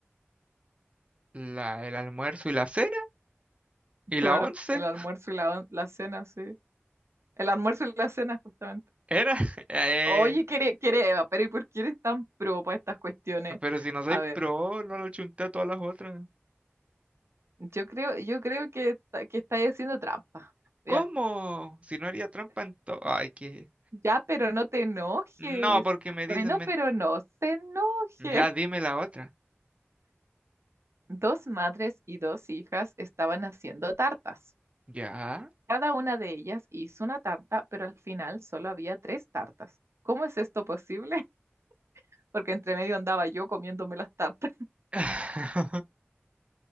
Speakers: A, on the right; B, on the right.
A: la, el almuerzo y la cena. Y
B: Claro,
A: la once.
B: el almuerzo y la, la cena, sí. El almuerzo y la cena, justamente.
A: Era. <laughs> eh,
B: Oye, quiere, quiere Eva, pero ¿y por qué eres tan pro para estas cuestiones?
A: pero si no soy
B: A
A: pro,
B: ver,
A: no lo chunté a todas las otras.
B: yo creo, yo creo que, esta- que estáis haciendo trampa. Ya,
A: ¿Cómo? Si no haría trampa en todo. Ay, que.
B: ya, pero no te enojes.
A: No, porque me
B: Bueno,
A: dicen. men-
B: pero no se enoje.
A: Ya dime la otra.
B: Dos madres y dos hijas estaban haciendo tartas.
A: Ya.
B: Cada una de ellas hizo una tarta, pero al final solo había tres tartas. ¿Cómo es esto posible? <laughs> Porque entre medio andaba yo comiéndome las tartas. <laughs>
A: <laughs>